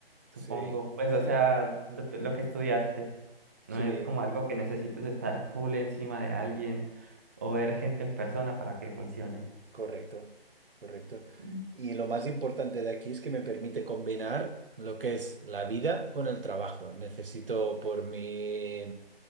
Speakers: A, on the right (about 15°); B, on the right (about 60°).
A: supongo.
B: Sí,
A: Pues
B: sí,
A: o sea, lo, t- lo que estudiaste no
B: sí.
A: es como algo que necesites estar full encima de alguien o ver gente en persona para que funcione.
B: Correcto. Correcto.
A: Mm,
B: Y lo más importante de aquí es que me permite combinar lo que es la vida con el trabajo. Necesito por mi,